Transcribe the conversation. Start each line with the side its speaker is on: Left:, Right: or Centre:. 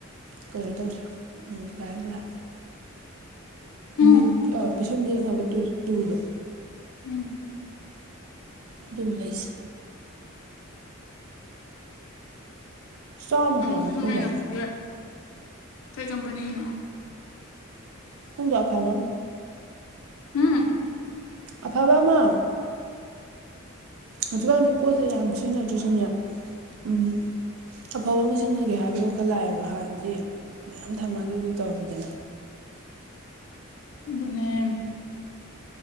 Right: ꯀꯩꯅꯣ ꯇꯧꯁꯦ ꯎꯝ ꯐꯔꯦ ꯐꯔꯦ
Left: ꯎꯝ
Right: ꯃꯤꯠ ꯑꯥ ꯄꯤꯁꯨꯝ ꯌꯦꯛꯅꯕ ꯇꯨꯔꯗꯣ
Left: ꯎꯝ
Right: ꯑꯗꯨꯃ ꯂꯩꯁꯦ ꯆꯥꯝꯃ ꯀꯌꯥꯃꯨꯛ
Left: ꯄꯤꯁꯨꯝ
Right: ꯄꯤꯗꯥꯏꯅꯦ
Left: ꯌꯦꯡꯅꯕꯗꯨꯗꯤ ꯀꯩ ꯀꯝꯄꯅꯤꯒꯤꯅꯣ
Right: ꯈꯣꯡꯗ ꯑꯐꯕꯃ
Left: ꯎꯝ
Right: ꯑꯐꯕ ꯑꯃ ꯍꯧꯖꯤꯛꯀꯥꯟꯁ ꯄꯣꯠꯁꯦ ꯌꯥꯝ ꯁꯤꯖꯤꯟꯅꯗ꯭ꯔ ꯁꯨꯅꯦ ꯎꯝ ꯑꯐꯕ ꯑꯃ ꯁꯤꯖꯤꯟꯅꯒꯦ ꯍꯥꯏꯕꯒꯤ ꯋꯥꯈꯜ ꯂꯥꯛꯑꯦꯕ ꯍꯥꯟꯅꯗꯤ ꯃꯌꯥꯝ ꯊꯝꯃ ꯑꯗꯨꯗꯨ ꯇꯧꯔꯝꯃꯤꯗꯅ
Left: ꯑꯗꯨꯅꯦꯝ